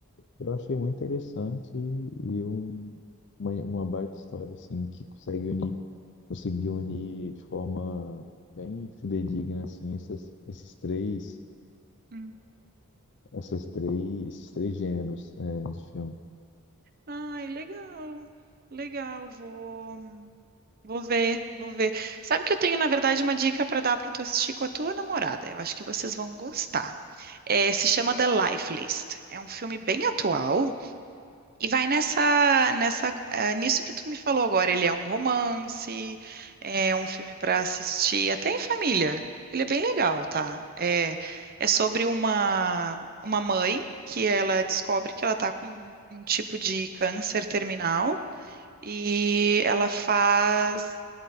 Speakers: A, on the left; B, on the right.
A: eu achei muito interessante e um, uma, uma baita história, assim, que consegue unir, conseguiu unir de forma bem fidedigna, assim, essas, esses três,
B: Hum.
A: essas três, esses três gêneros, é, de filme.
B: Ai, legal. Legal, vou vou ver, vou ver. Sabe que eu tenho, na verdade, uma dica para dar para tu assistir com a tua namorada. Eu acho que vocês vão gostar. É, se chama The Life List. É um filme bem atual, E vai nessa, nessa, eh, nisso que tu me falou agora. Ele é um romance, é um filme para assistir, até em família. Ele é bem legal, tá? É, é sobre uma, uma mãe que ela descobre que ela tá com um tipo de câncer terminal e ela faz